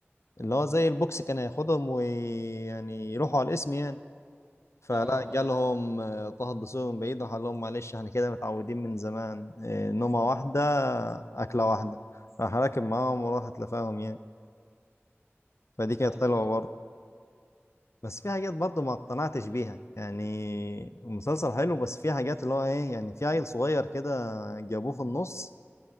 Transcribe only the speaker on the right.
اه
ايوه
ايوه
ايوه